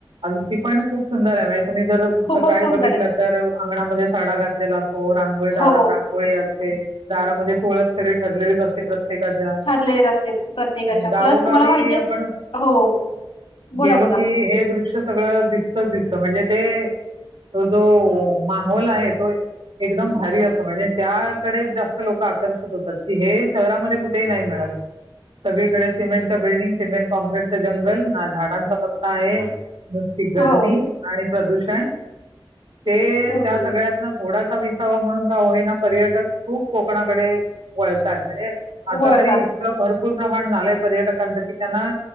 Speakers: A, on the right; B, on the left.
A: आणि ती पण <unintelligible> खूप सुंदर आहे ् जर
B: खूपच
A: सकाळी
B: सुंदर
A: बघितलं
B: आहे
A: तर अंगणामध्ये साडा घातलेला असो हो रांगोळी दारात
B: हो
A: रांग दारामध्ये तुळस ठरलेलेच असते प्रत्ये एखाद्या
B: ठरलेलेच असते प्रत्येकाच्या
A: गावोगावी
B: प्लस तुम्हाला माहितीये
A: आपण
B: हो बोला
A: गेलो
B: बोला
A: की हे दृश्य सगळं दिस दिसत म्हणजे ते जो माहोल आहे तो एकदम भारी असं म्हणजे जास्त लोक आकर्षित होतात की हे शहरामध्ये कुठेही नाही मिळत सगळीकडे सिमंट बिल्डिंग सिमेंट कॉँक्रीटच जंगल ना झाडांचा पत्ता आहे नुसती गरमी
B: हो
A: आणि प्रदूषण काय ते
B: हम्म
A: त्या सगळ्यात ना थोडासा. विसावा म्हणून का होयना पर्यटक खूप कोकणाकडे वळतात म्हणजे आता
B: वळतात
A: तरी इतक भर भरपूर प्रमाण झालंय पर्यटकांचं कि त्यांना